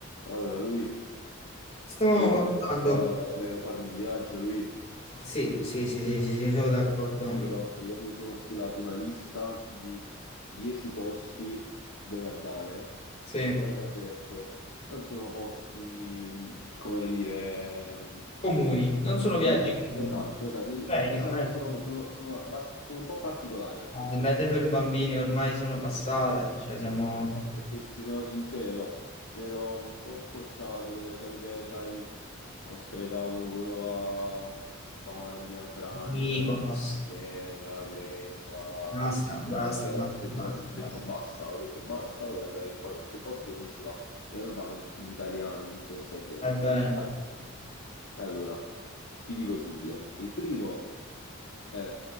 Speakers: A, on the left; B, on the left.
A: Allora, lui,
B: Stavamo
A: io
B: guardando.
A: eh, volevo farmi un viaggio, lui,
B: Sì, sì, sì, sì, sì, sì, sono d'accordo.
A: io, io mi sono stilato una lista di 10 posti dove andare,
B: Sì.
A: però ti avverto, non sono posti, mh, come dire, mh,
B: Comuni, non sono
A: comuni.
B: viaggi comuni.
A: Esatto, esatto, di-
B: Meglio,
A: diciamo
B: meglio.
A: che sono, sono- sono abbast- sono un po' particolari alcuni.
B: Le mete per bambini ormai sono passate, cioè siamo
A: Eh, ti ti sono sincero, mi ero un po' scocciato delle solite, sai, la nostra età, comunque uno va Spagna, Francia,
B: Mykonos.
A: Inghilterra, Grecia,
B: Basta,
A: così.
B: basta,
A: qua. Io
B: basta,
A: ho detto,
B: basta,
A: ho detto
B: basta.
A: basta, ho detto basta, voglio andare in qualche posto dove non ci va. E non vanno tutti gli italiani, tutta questa gente.
B: Vai bene.
A: All- Allora, ti dico subito, il primo è